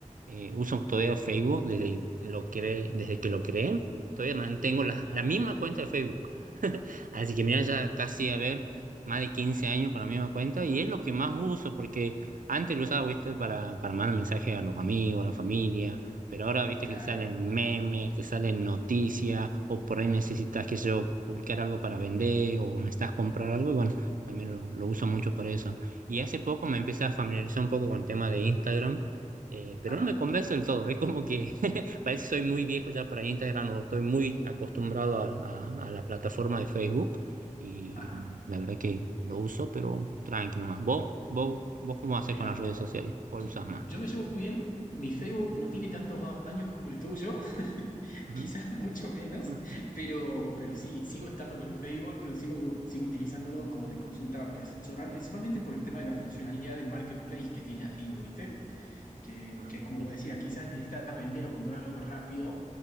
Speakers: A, on the right (about 85°); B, on the left (about 85°).
A: eh, uso todavía Facebook desde que lo cre- desde que lo creé, todavía mantengo la,
B: Ajá,
A: la misma cuenta de Facebook. <laughs> Así que mira, ya casi a ver, más de 15 años con la misma cuenta y es lo que más uso porque antes lo usaba, viste, para, para mandar mensajes a los amigos, a la familia, pero ahora, viste,
B: claro.
A: que te salen memes, te salen noticias o por ahí necesitas, que sé yo, publicar algo para vender o necesitas comprar algo y bueno, también lo, lo uso mucho para eso. Y hace poco me empecé a familiarizar un poco con el tema de Instagram eh, pero
B: Ajá,
A: no me convence del todo. Es como que <laughs> parece que soy muy viejo ya para Instagram o estoy muy acostumbrado a, a- a la plataforma de Facebook y
B: ajá.
A: la verdad que lo uso, pero tranqui nomás. ¿Vos, vos, vos cómo haces
B: Mira.
A: con las redes sociales? ¿Cuál
B: Yo
A: usas más?
B: yo me llevo bien, mi Facebook no tiene tantos años como el tuyo, <laughs>
A: Ujú.
B: quizás mucho menos,
A: <laughs>
B: pero, pero sí, sigo estando con el Facebook, lo sigo, sigo utilizándolo como de consulta personal, principalmente por el tema de la funcionalidad del marketplace que tiene adherido, ¿viste? Que,
A: Claro,
B: que es como
A: sí.
B: vos decías, quizás necesitas vender o comprar algo rápido